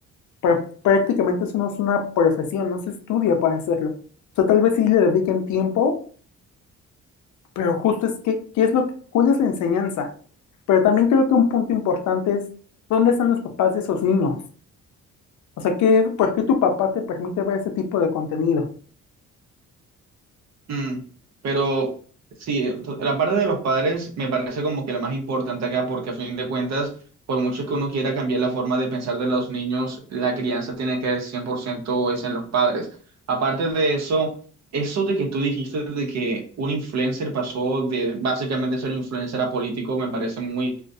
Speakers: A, on the left (about 70°); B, on the right (about 60°).
A: Pero prácticamente eso no es una profesión, no se estudia para hacerlo. O sea, tal vez sí le dediquen tiempo, pero justo es que, ¿qué es lo que, cuál es la enseñanza? Pero también creo que un punto importante es, ¿dónde están los papás de esos niños? O sea, ¿qué, por qué tu papá te permite ver ese tipo de contenido?
B: Mm, pero sí, to- la parte de los padres me parece como que la más importante acá, porque a fin de cuentas, por mucho que uno quiera cambiar la forma de pensar de los niños, la crianza tiene que ver 100% es en los padres. Aparte de eso, eso de que tú dijiste de que un influencer pasó de básicamente ser influencer a político, me parece muy